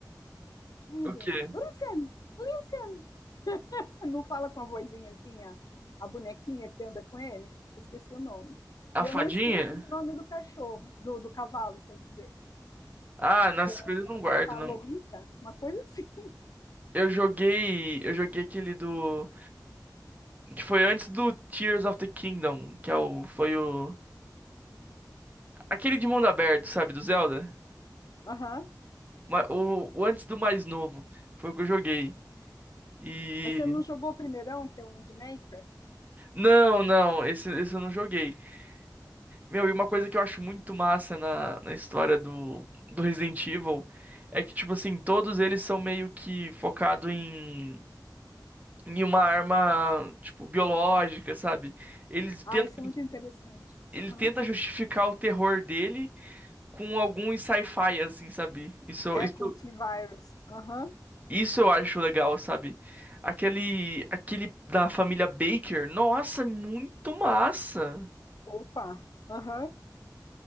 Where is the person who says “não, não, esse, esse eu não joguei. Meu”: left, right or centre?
Right